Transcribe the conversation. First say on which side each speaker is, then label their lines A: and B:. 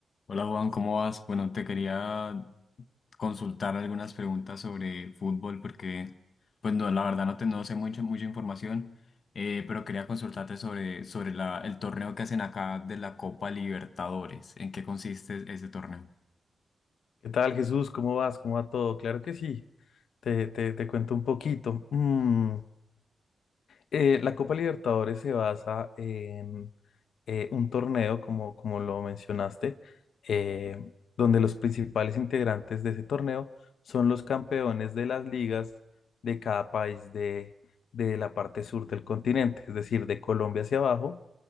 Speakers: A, on the left; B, on the left.
A: Hola Juan, ¿cómo vas? Bueno, te quería consultar algunas preguntas sobre fútbol porque, pues no, la verdad no, te, no sé mucho, mucha información, eh, pero quería consultarte sobre, sobre la, el torneo que hacen acá de la Copa Libertadores. ¿En qué consiste ese torneo?
B: ¿Qué tal, Jesús? ¿Cómo vas? ¿Cómo va todo? Claro que sí. Te, te, te cuento un poquito. Mm, eh, la Copa Libertadores se basa en eh, un torneo, como, como lo mencionaste, eh, donde los principales integrantes de ese torneo son los campeones de las ligas de cada país de, de la parte sur del continente, es decir, de Colombia hacia abajo.